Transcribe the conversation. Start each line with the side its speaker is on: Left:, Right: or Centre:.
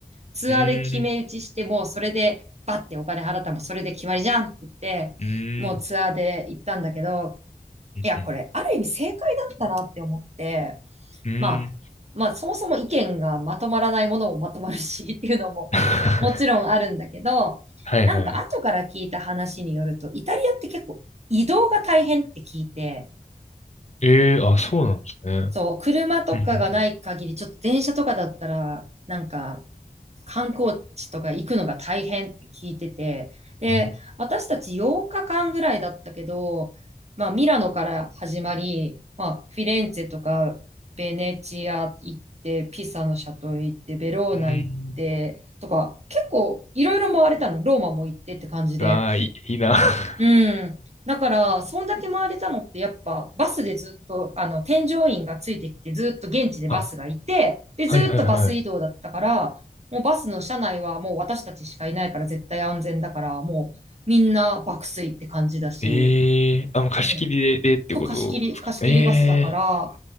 Right: ツアーで決め打ちしてもうそれでバッてお金払ったらもうそれで決まりじゃんって言って、
Left: うん。うん。
Right: もうツアーで行ったんだけど、
Left: うん。
Right: いや、これある意味正解だったなって思って、
Left: うん
Right: まあ、まあそもそも意見がまとまらないものもまとまるしっていうのももちろんあるんだけど、
Left: <laughs>。はいはい。
Right: なんか後から聞いた話によると、イタリアって結構移動が大変って聞いて、
Left: ええあ、そうなんですね。
Right: そう、車とかがない限り、
Left: うん。
Right: ちょっと電車とかだったら、なんか、観光地とか行くのが大変って聞いてて、で、
Left: うん
Right: 私たち8日間ぐらいだったけど、まあ、ミラノから始まり、まあ、フィレンツェとか、ベネチア行って、ピサのシャトル行って、ベローナ行って、
Left: うん
Right: とか、結構いろいろ回れたの、ローマも行ってって感じで。
Left: ああ、いい、いいな。<laughs>
Right: うん。だから、そんだけ回れたのって、やっぱ、バスでずっと、あの、添乗員がついてきて、ずっと現地でバスがいて、
Left: あ、
Right: で、
Left: はいはいはい。
Right: ずっとバス移動だったから、もうバスの車内はもう私たちしかいないから絶対安全だから、もうみんな爆睡って感じだし、
Left: ええあ、もう貸し切りで、
Right: もう、
Left: でってことですか。
Right: そう、貸し切り、貸し切りバスだから、
Left: ええ